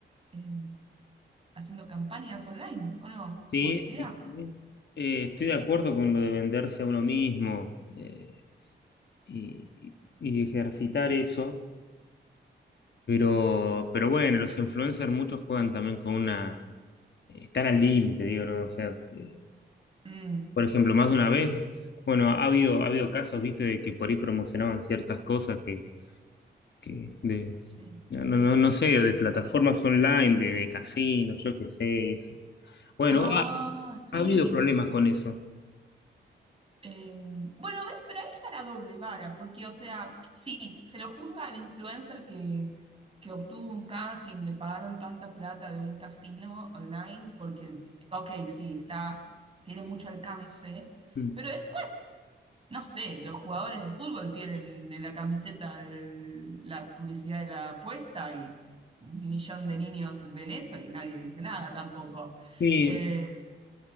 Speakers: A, on the right; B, on the left.
A: em, haciendo campañas online, ¿o no?
B: Sí,
A: Publicidad.
B: sí, sí. Eh, estoy de acuerdo con lo de venderse a uno mismo eh, y, y y ejercitar eso. Pero, pero bueno, los influencers muchos juegan también con una... Están al límite, digo, ¿no? O sea, eh,
A: Mm,
B: por ejemplo, más de una vez, bueno, ha habido, ha habido casos, viste, de que por ahí promocionaban ciertas cosas que, que de,
A: sí.
B: no, no, no no sé, de plataformas online, de, de casinos, yo qué sé. eso. Bueno,
A: Ah,
B: ha, ha
A: sí.
B: habido problemas con eso.
A: Em, bueno, ves, pero ahí está la doble vara, porque, o sea, sí, se lo juzga al influencer que, que obtuvo un canje y le pagaron tanta plata de un casino online, porque, ok, sí, está, tiene mucho alcance,
B: Mm.
A: pero después, no sé, los jugadores de fútbol tienen en la camiseta el- la publicidad de la apuesta y un millón de niños ven eso y nadie dice nada tampoco.
B: Sí,
A: Eh,